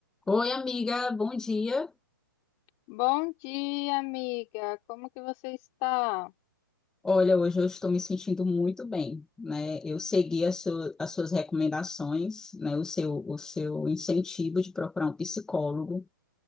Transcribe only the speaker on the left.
Bom dia, amiga. Como que você está?